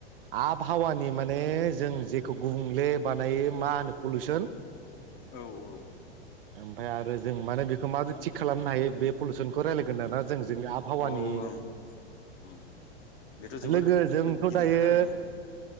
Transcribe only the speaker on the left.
औ औ
औ ओं उम बेथ' जोबोर
गिदिर
खोथा उम